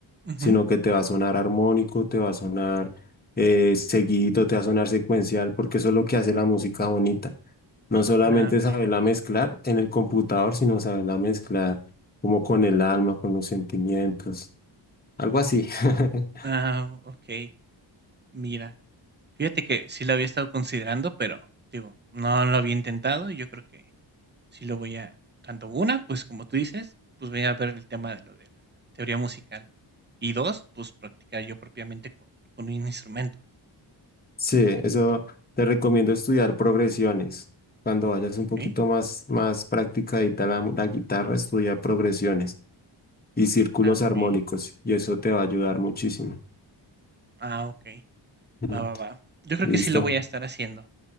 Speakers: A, on the right (about 20°); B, on the left (about 20°).
A: Ujú.
B: sino que te va a sonar armónico, te va a sonar eh, seguidito, te va a sonar secuencial, porque eso es lo que hace la música bonita. No solamente
A: Ah,
B: saberla
A: mira.
B: mezclar en el computador, sino saberla mezclar como con el alma, con los sentimientos, algo así. <laughs>
A: Ah, ok mira. Fíjate que sí lo había estado considerando, pero, digo, no lo había intentado, y yo creo que sí lo voy a tanto una, pues, como tú dices, pues, voy a ver el tema de lo de la teoría musical. Y 2 pues, practicar yo propiamente con con un instrumento.
B: Sí, eso te recomiendo estudiar progresiones. Cuando vayas
A: ok
B: un poquito más, más practicadita la, la guitarra, estudia progresiones y círculos
A: Ah, ok
B: armónicos y eso te va a ayudar muchísimo.
A: Ah, ok
B: Ujú.
A: Va, va, va. Yo creo
B: Listo.
A: que sí lo voy a estar haciendo.